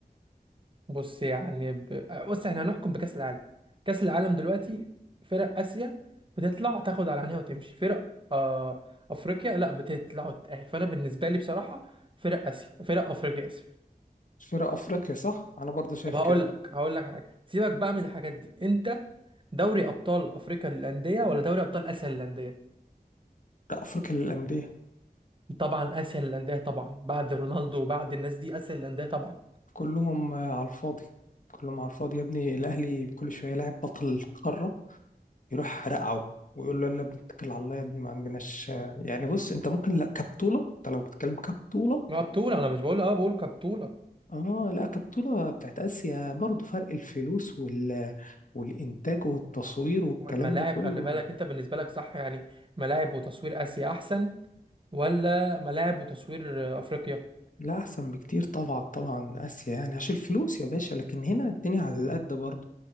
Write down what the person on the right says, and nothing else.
بص يعني ب... بص احنا هنحكم بكأس العالم كأس العالم دلوقتي فرق آسيا بتطلع تاخد على عينيها وتمشي فرق آه... أفريقيا لا بتطلع وتتأهل فأنا بالنسبة لي بصراحة فرق آسيا فرق أفريقيا آسف
طب هقول
لك هقول لك على حاجة سيبك بقى من الحاجات دي أنت دوري أبطال أفريقيا للأندية ولا دوري أبطال آسيا للأندية
طبعا آسيا للأندية طبعا بعد رونالدو وبعد الناس دي آسيا للأندية طبعا
ما بطولة أنا مش بقول اه بقول كبطولة
والملاعب
خلي بالك انت بالنسبه لك صح يعني ملاعب وتصوير اسيا احسن ولا ملاعب وتصوير آه، افريقيا